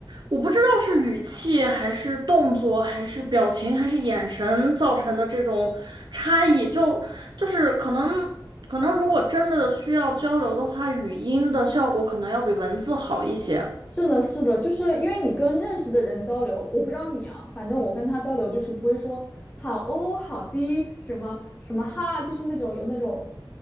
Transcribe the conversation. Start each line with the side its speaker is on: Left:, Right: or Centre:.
Right: 我不知道是语气还是动作，还是表情，还是眼神造成的这种差异，就就是可能。可能如果真的需要交流的话，语音的效果可能要比文字好一些。
Left: 是的，是的，就是因为你跟认识的人交流，我不知道你啊，反正我跟他交流就是不会说好哦、好滴、什么什么哈，就是那种有那种